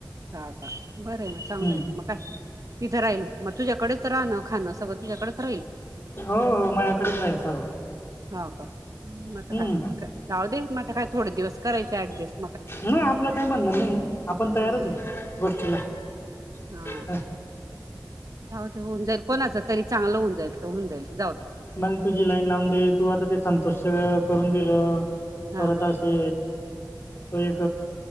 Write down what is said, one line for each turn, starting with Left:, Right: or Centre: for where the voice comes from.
Right: ह का बरे मग चांगलं
Left: हम्म
Right: आहे मग काय तिथे राहिल मग तुझ्याकडेच राहा ना खाणं सगळं तुझ्याकडेच राहील
Left: हो हो माझ्याकडेच राहील सर्व
Right: हो का मग तर काय
Left: हम्म
Right: जाऊ दे मता काय थोडे दिवस करायचं ॲडजस्ट
Left: नाही आपला टाइम अंद नाही आपण तयारच
Right: हा
Left: आहे गोष्टीला
Right: हा
Left: हम
Right: जाऊ दे होऊन जाईल कोणाचं तरी चांगलं होऊन जाईल होऊन जाईल जाऊ दे
Left: मण तुझी लाईन लावून दे तू आता ते संतोष करून दिलं
Right: हा
Left: परत
Right: हा
Left: असे तो एक